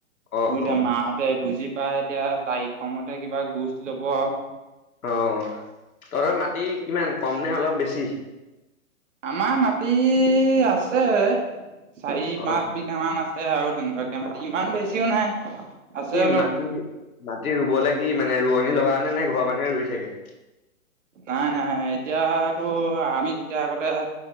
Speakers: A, on the left; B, on the right.
A: অ',
B: ত' এতিয়া
A: অ',
B: মাহতে বুজি পাই এতিয়া তাৰিখ মতে কিবা গোচ ল'ব আৰু
A: অ', তহতৰ মাটি কিমান কম নে অলপ বেছি?
B: আমাৰ মাটি আছে চাৰি
A: অ',
B: পাঁচ বিঘা মান আছে আছে আৰু তেনেকুৱাকে মাটি ইমান বেছিও নাই আছে
A: কি
B: অলপ
A: মাটি মাটি ৰুব লাগে কি মানে ৰোৱনী লগা নে নে ঘৰৰ মানুহে ৰৰুই থাকে।
B: নাই নাই এতিয়াতো আমি যেতিয়া আগতে